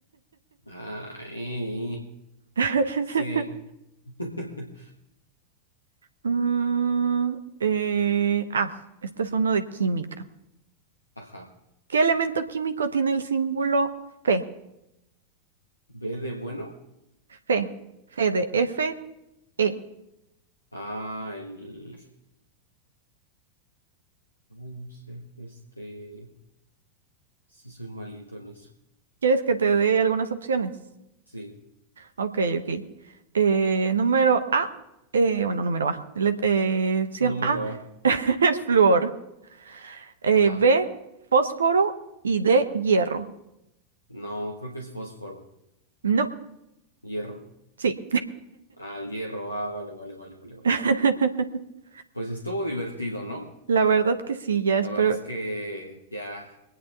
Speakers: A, on the left (about 85°); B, on the right (about 70°).
A: Ah, eh, eh,
B: <laughs>
A: sí. <laughs>
B: Mm, eh, ah, este es uno de química.
A: Ajá.
B: ¿Qué elemento químico tiene el símbolo Fe?
A: ¿B de bueno?
B: Fe, Fe de F, E.
A: Ah, el... ay, no sé, este... Sí soy malito en eso.
B: ¿Quieres que te dé algunas opciones?
A: Sí.
B: Ok, ok. Eh, número A, eh, bueno, número A. let- eh, opción
A: Número
B: A
A: A.
B: <laughs> es flúor. Eh,
A: Ajá.
B: B, fósforo y D, hierro.
A: No, creo que es fósforo.
B: No,
A: Hierro.
B: sí.
A: Ah, el hierro. Ah, vale, vale, vale, vale, vale.
B: <laughs>
A: vale. Pues estuvo divertido, ¿no?
B: La verdad que sí, ya
A: La
B: espero.
A: verdad es que ya,